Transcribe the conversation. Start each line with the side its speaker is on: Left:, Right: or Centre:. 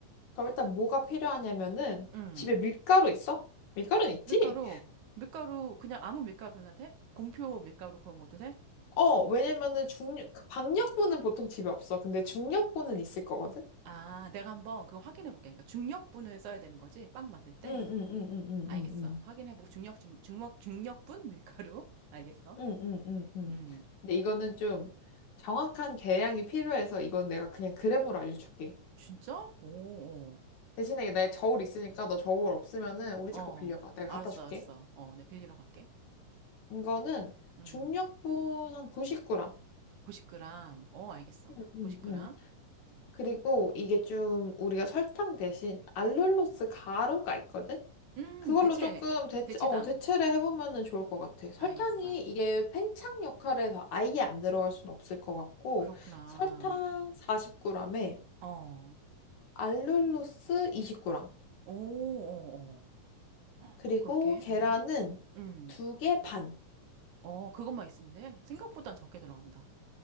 Left: 그럼 일단 뭐가 필요하냐면은,
Right: 음.
Left: 집에 밀가루 있어? 밀가루는 있지?
Right: 밀가루. 밀가루 그냥 아무 밀가루나 돼? 공표 밀가루 그런 것도 돼?
Left: 어, 왜냐면은 중력, 박력분은 보통 집에 없어. 근데 중력분은 있을 거거든?
Right: 아, 내가 한번 그거 확인해 볼게. 그러니까 중력분을 써야 되는 거지. 빵 만들 때.
Left: 응, 응, 응, 응, 응,
Right: 알겠어.
Left: 응.
Right: 확인해 보고 중력 중 중력 중력분 밀가루. <laughs> 알겠어.
Left: 응, 응, 응, 응.
Right: 음.
Left: 근데 이거는 좀 정확한 계량이 필요해서 이건 내가 그냥 그램으로 알려줄게.
Right: 진짜? 오, 오.
Left: 대신에 내 저울 있으니까 너 저울 없으면은 우리
Right: 어,
Left: 집 거 빌려가. 내가
Right: 알았어,
Left: 갖다 줄게.
Right: 알았어. 어, 내 빌리러 갈게.
Left: 이거는
Right: 음,
Left: 중력분 한 90g.
Right: 90g. 어, 알겠어.
Left: 응, 응,
Right: 90g.
Left: 응. 그리고 이게 좀 우리가 설탕 대신 알룰로스 가루가 있거든?
Right: 음,
Left: 그걸로
Right: 대체,
Left: 조금 대체,
Right: 대체당.
Left: 어, 대체를 해보면은 좋을 것 같아. 설탕이
Right: 알겠어.
Left: 이게 팽창 역할에서 아예 안 들어갈 순 없을 것 같고,
Right: 그렇구나.
Left: 설탕 40g에
Right: 어, 오,
Left: 알룰로스 20g.
Right: 오, 오.
Left: 그리고
Right: 그렇게,
Left: 계란은
Right: 음, 음.
Left: 두 개 반.
Right: 어, 그것만 있으면 돼. 생각보단 적게 들어간다.